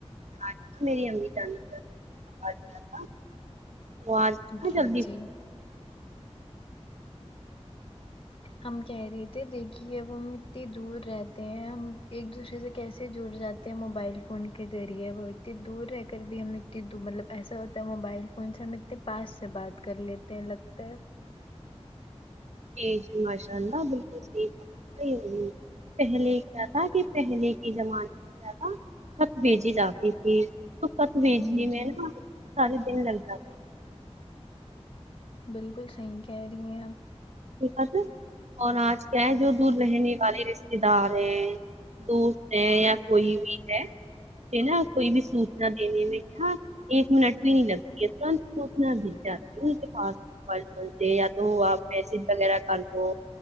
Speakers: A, on the right (about 85°); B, on the left (about 50°).
A: اج تو میری امی جان <unintelligible> تھا تو آج نا
B: جی
A: جلدی
B: جی ہم کہہ رہے تھے دیکھیے اب ہم اتنی دور رہتے ہیں ہم ایک دوسرے سے کیسے جڑ جات موبائل فون کے ذریعے وہ اتنی دور رہ کر بھی ہم اتنی مطلب ایسا ہو موبائل فون سے ہم اتنے پاسٹ سے بات کر لیتے ہیں لگتا ہے
A: جی جی ماشاء اللہ بالکل صحیح فرما رہی ہو جی پہلے کیا تھا کہ پہلے کے زمانے میں کیا تھا خط بھیجی جاتی تھی تو خط بیجنے
B: جی جی
A: میں نا سارے دن لگ جاتے
B: بالکل صحیح کہہ رہی ہے اپ
A: باتھ اور آج کیا ہے جو دور رہنے والے رشتے دار ہیں دوست ہیں یا کوئی بھی ہے نا کوئی بھی سوچنا دینے میں کہ ہاں ایک منٹ بھی نہیں لگتی ہے <unintelligible> ان کے پاس بولتے یا تو آپ میسج وغیرہ کر لو